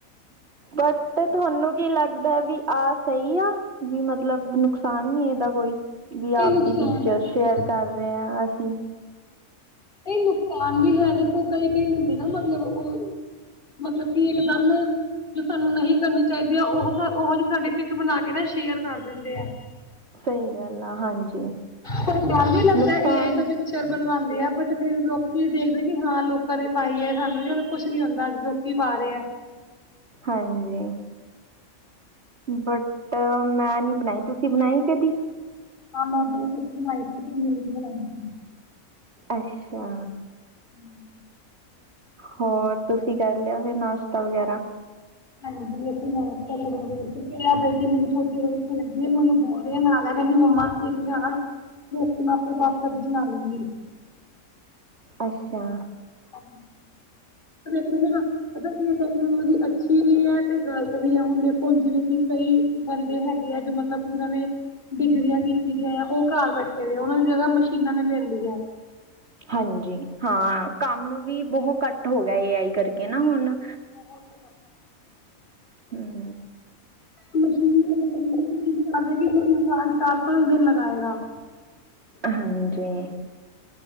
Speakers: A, on the right; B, on the left.
A: ਬਟ ਤੁਹਾਨੂੰ ਕੀ ਲੱਗਦਾ ਵੀ ਆਸ ਸਹੀ ਆ ਵੀ ਮਤਲਬ ਨੁਕਸਾਨ ਨੀ ਇਹਦਾ ਕੋਈ ਵੀ
B: ਕਈ
A: ਆਪਦੀ
B: ਨੁਕਸਾਨ
A: ਪਿਕਚਰ
B: ਵੀ
A: ਸ਼ੇਅਰ
B: ਹੈ,
A: ਕਰ ਰਹੇ ਹਾ ਅਸੀ ਹੂੰ
B: ਇਹ ਨੁਕਸਾਨ ਵੀ ਹੈ ਦੇਖੋ ਕਈ ਕਈ ਹੁੰਦੇ ਨਾ ਮਤਲਬ ਉਹ ਮਤਲਬ ਕੀ ਇਕ ਦਮ ਜੋ ਸਾਨੂੰ ਨਹੀਂ ਕਰਨੀ ਚਾਹੀਦੀ ਹੈ ਉਹੋ ਜਿਹੀ ਸਾਡੀ ਪਿੱਕ ਬਣਾ ਕੇ ਨਾ ਸ਼ੇਅਰ ਕਰ ਦਿੰਦੇ ਆ।
A: ਸਹੀ ਗੱਲ ਆ ਹਾਂਜੀ
B: ਤੈਨੂੰ ਡੱਰ ਹੀ ਲੱਗਦਾ
A: ਨੁਕਸਾਨ
B: ਏ ਆਈ ਤੋਂ ਪਿਕਚਰ ਬਣਵਾਣ ਚ ਵੀ ਆ ਤੇ ਫੇਰ ਲੋਕੀ ਦੇਖਦੇ ਕਿ ਹਾਂ ਲੋਕਾਂ ਨੇ ਪਾਈ ਹੈ ਸਾਨੂੰ ਕੁੱਛ ਨੀ ਹੁੰਦਾ ਲੋਕੀ ਪਾ ਰਹੇ ਹੈ।
A: ਹਾਂਜੀ। ਬਟ ਤਾਂ ਮੈਂ ਨੀ ਬਣਾਈ ਤੁਸੀਂ ਬਣਾਈ ਕਦੀ
B: ਹ ਮੈਂ ਦ ਬਣਾਈ ਸੀ ਜੂਨ ਚ ਬਣਾਈ ਸੀ।
A: ਅੱਛਾ
B: ਹੂੰ ਹੂੰ
A: ਹੋਰ ਤੁਸੀਂ ਕਰ ਲਿਆ ਫਿਰ ਨਾਸ਼ਤਾ ਵਗੈਰਾ।
B: ਹਾਂਜੀ ਅਸੀਂ ਨਮਸ ਬੈਠੀ ਮੇਰੀ ਛੋਟੀ ਬੀਦੀ ਆ ਮਨੂੰ ਬੋਲਦੇ ਨਾਲ ਕਹਿੰਦੀ ਮੰਮਾ ਤਰੀ ਨਾਲ ਰ ਮੈਂ ਆਪਣੇ ਬਾਪ ਕਦੇ ਚ ਨਾ ਲੂੰਗੀ
A: ਅੱਛਾ।
B: ਹਾਂਜੀ ਦੇਖੋ ਨਾ ਪਤਾ ਕੀ ਟੈਕਨੋਲੋਜੀ ਅੱਛੀ ਵੀ ਹੈ ਤੇ ਗ਼ਲਤ ਵੀ ਆ ਹੁਣ ਦੇਖੋ ਜਿਵੇਂ ਕਿ ਕਈ ਬੰਦੇ ਹੈਗੇ ਆ ਜੋ ਮਤਲਬ ਜਿਨਾਂ ਨੇ ਡਿਗਰੀਆਂ ਕੀਤੀ ਦੀ ਆ ਉਹ ਘਰ ਬੈਠੇ ਦੇ ਉਹਨਾਂ ਨੇ ਜਗ੍ਹਾ ਮਸ਼ੀਨਾਂ ਨੇ ਲੈ ਲਈ ਹੈ।
A: ਹਾਂਜੀ ਹਾਂ ਕੰਮ ਵੀ ਬਹੁਤ ਘੱਟ ਹੋ ਗਿਆ ਇਹ ਆਈ ਕਰਕੇ ਨਾ
B: ਜੀ
A: ਹੁਣ
B: <unintelligible>
A: ਹਮ
B: <unintelligible>
A: ਹਾਂਜੀ